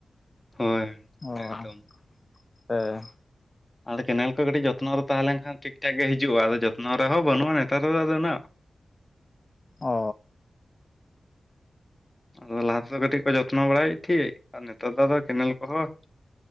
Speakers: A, on the left; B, on the left.
A: ᱦᱳᱭ
B: ᱚ,
A: ᱮᱠᱫᱚᱢ
B: ᱦᱮᱸ᱾
A: ᱟᱫᱚ ᱠᱮᱱᱮᱞ ᱠᱚ ᱠᱟᱹᱴᱤᱡ ᱡᱚᱛᱱᱚ ᱨᱮ ᱛᱟᱦᱮᱸ ᱞᱮᱱᱠᱷᱟᱱ ᱴᱷᱤᱠ ᱴᱷᱟᱠ ᱜᱮ ᱦᱤᱡᱩᱜᱼᱟ᱾ ᱟᱫᱚ ᱡᱚᱛᱱᱚ ᱨᱮᱦᱚᱸ ᱵᱟᱹᱱᱩᱜᱼᱟ ᱱᱮᱛᱟᱨ ᱫᱚ ᱟᱫᱚ ᱩᱱᱟᱹᱜ।
B: ᱚᱻ᱾
A: ᱟᱫᱚ ᱞᱟᱦᱟ ᱛᱮᱫᱚ ᱠᱟᱹᱴᱤᱡ ᱠᱚ ᱡᱚᱛᱱᱚ ᱵᱟᱲᱟᱭᱮᱫ ᱛᱟᱸᱦᱮᱫ ᱟᱨ ᱱᱮᱛᱟᱨ ᱟᱚᱫᱚ ᱠᱮᱱᱮᱞ ᱠᱚᱦᱚᱸᱼᱼ